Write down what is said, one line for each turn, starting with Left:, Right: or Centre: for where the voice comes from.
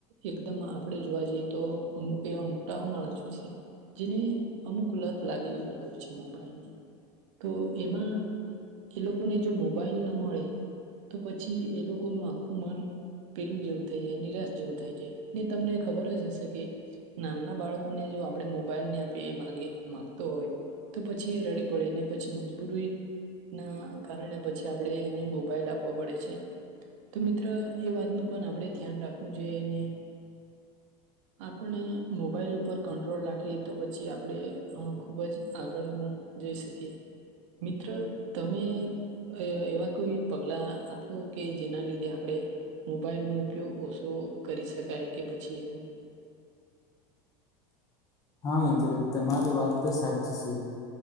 Right: એકદમ આપ આપણે જોવા જઈએ તો અમુક એવા મોટાઓ હો માણસો છે જેને અમુક લત લાગીલી હોય છે મોબાઈલની તો એમાં એ લોકોને જો મોબાઈલ ના મળે તો પછી પછી એ લોકોનુ આખું મન પેલું જેવું થઈ જાય નિરાશ જેવું થાય જાય ને તમને ખબર જ હશે કે નાના બાળકોને જો આપણે મોબાઈલ ની આપીએ એ માંગે માંગતો હોય તો પછી એ રડી પડેને પછી મજબૂરીના કારણે પછી આપણે એને મોબાઈલ આપવો પડે છે. તો મિત્ર એ વાતનું પણ આપણે ધ્યાન રાખવું જોઈએ ને આપણે મોબાઈલ ઉપર કંટ્રોલ રાખીએ તો પછી આપણે અ ખુબ જ આગળનુ જઈ શકીએ. મિત્ર તમે એવા કોઈ પગલા આપો કે જેના લીધે આપણે મોબાઈલનો ઉપયોગ ઓછો કરી શકાય. કે પછી એવું.
Left: હા મિત્ર તમારી વાત તો સાચી છે.